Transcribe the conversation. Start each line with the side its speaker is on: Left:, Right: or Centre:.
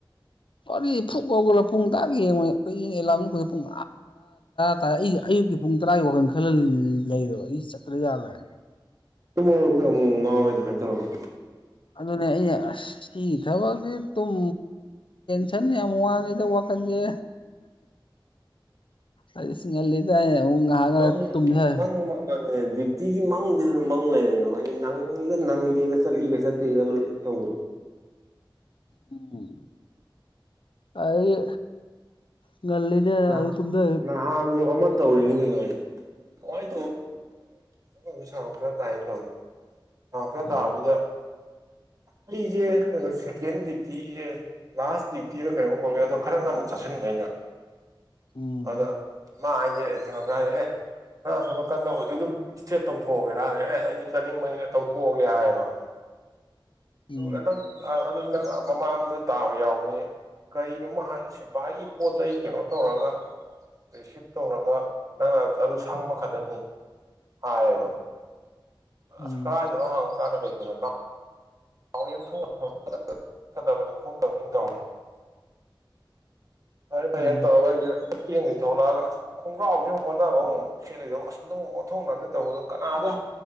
Left: ꯋꯥꯔꯤ ꯐꯨꯛ ꯀꯧꯒꯂ ꯄꯨꯡ ꯇꯔꯥ ꯌꯦꯡꯉꯅꯦ ꯑꯦꯂꯥ ꯄꯨꯡ ꯇ ꯑꯌꯨꯛꯀꯤ ꯄꯨꯡ ꯇꯔꯥꯒꯤ ꯋꯥꯈꯜ ꯈꯜꯂ ꯂꯩꯔꯦꯕ ꯑꯩ ꯆꯠꯇ꯭ꯔꯥ ꯌꯥꯜꯂꯦ ꯍꯥꯏꯅ
Right: ꯇꯨꯝꯃꯛꯄꯗꯤ ꯑꯃꯨꯛ ꯉꯥꯎꯋꯦ ꯑꯗꯨꯃꯥꯏꯅ ꯇꯧꯔꯒ
Left: ꯑꯗꯨꯅꯦ ꯑꯩ ꯁꯤ ꯊꯕꯛꯀꯤ ꯇꯨꯝ ꯁꯟ ꯌꯥꯝ ꯋꯥꯡꯉꯦꯗ ꯋꯥꯈꯟꯁꯦ ꯑꯔꯤ ꯁꯤ ꯂꯩꯇ ꯉꯍꯒ
Right: ꯃꯪ
Left: ꯇꯨꯁ
Right: ꯃꯪ ꯃꯪꯉꯅꯦ ꯗ꯭ꯌꯨꯇꯤꯒꯤ ꯃꯪꯗꯤꯗꯅ ꯃꯪ ꯂꯩꯔꯦꯕꯗꯤ ꯅꯪꯉꯒ ꯅꯪꯗꯦꯒ ꯆꯠꯂꯤꯒ ꯆꯠꯇꯦꯒ ꯂꯣꯏ ꯇꯧꯕꯗꯣ
Left: ꯎꯝ ꯑꯗꯤ ꯉꯜꯂꯤꯗ
Right: ꯅꯍꯥꯟ
Left: ꯑꯗꯨ ꯇꯗ
Right: ꯅꯍꯥꯟꯁꯨ ꯑꯃ ꯇꯧꯔꯤꯅꯤ ꯀꯩꯣ ꯋꯥꯔꯤꯦ ꯍꯣ ꯁ ꯇꯥꯏ ꯇꯃꯦ ꯍ ꯐꯦ
Left: ꯎꯝ
Right: ꯇꯥꯗ ꯑꯩꯁꯦ ꯀꯩꯅꯣ ꯁꯦꯀꯦꯟ ꯗ꯭ꯌꯨꯇꯤ ꯂꯥꯁ ꯗ꯭ꯌꯨꯇꯤꯗ ꯀꯩꯅꯣ ꯀꯧꯉꯦ ꯑꯗꯣ ꯈꯔ ꯉꯟꯅ ꯆꯠꯁꯤꯟꯕꯩꯩꯅ
Left: ꯎꯝ
Right: ꯑꯗ ꯃꯥ ꯀꯔꯦ ꯑ ꯁꯣꯂꯛꯀꯥꯟꯗ ꯍꯧꯖꯤꯛ ꯑꯗꯨꯝ ꯏꯁꯇ꯭ꯔꯦꯠ ꯇꯧꯊꯣꯛꯑꯒꯦꯔ ꯑꯦꯁ ꯑꯩꯗꯤ ꯆꯠꯅꯤꯡꯕꯅꯤꯅ ꯇꯧꯊꯣꯛꯑꯒꯦ ꯍꯥꯏꯌꯦꯕ
Left: ꯎꯝ
Right: ꯑꯦꯅ ꯑꯗꯨ ꯅꯪ ꯃꯃꯥꯡꯗꯁꯨ ꯇꯥꯕ ꯌꯥꯎꯕꯅꯤ ꯀꯔꯤꯅꯣꯃ ꯍꯥꯏ ꯁꯤ ꯚꯥꯏꯒꯤ ꯄꯣꯠ ꯆꯩꯩ ꯀꯩꯅꯣ ꯇꯧꯔꯒ ꯔꯤꯁꯤꯞ ꯇꯧꯔꯒ ꯅꯪꯅ ꯑꯗꯨ ꯁꯪꯕ ꯈꯛꯇꯅꯤ ꯍꯥꯏꯕ
Left: ꯎꯝ
Right: ꯑꯁ ꯀꯗꯥꯥꯏꯗꯅꯣ ꯍꯪꯉꯀꯥꯟꯗ ꯀꯩꯅꯣ ꯆꯠꯀꯗꯕꯅꯤ ꯈꯣꯟ ꯀꯅ ꯇꯧꯔꯤ ꯐꯔ ꯐ
Left: ꯎꯝ
Right: ꯑꯦ ꯇ ꯍꯦ ꯀꯦꯡꯁꯤ ꯊꯣꯛꯂꯛꯑꯒ ꯑꯁ ꯈꯣꯡꯒ꯭ꯔꯥꯎꯁꯦ ꯑꯣꯟꯅꯅꯕ ꯑꯃꯨꯛ ꯁꯦꯠꯂꯤꯗꯣ ꯑꯁ ꯑꯗꯨꯝ ꯑꯣꯟꯊꯣꯛꯅꯅꯤ ꯇꯧꯕꯗꯣ ꯀꯅꯥꯗ